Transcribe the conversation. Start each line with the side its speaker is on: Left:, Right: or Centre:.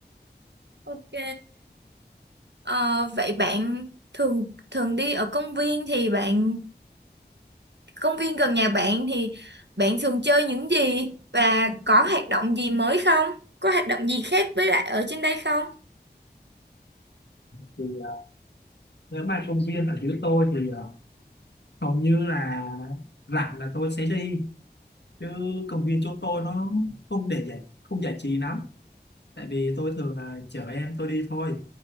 Right: Ok. Ờ, vậy bạn thường thường đi ở công viên thì bạn công viên gần nhà bạn thì bạn thường chơi những gì và có hoạt động gì mới không? Có hoạt động gì khác với lại ở trên đây không?
Left: Thì ờ, nếu mà công viên ở dưới tôi thì ờ, hầu như là rảnh là tôi sẽ đi. Chứ công viên chỗ tôi nó không để giải không giải trí lắm. Tại vì tôi thường là chở em tôi đi thôi.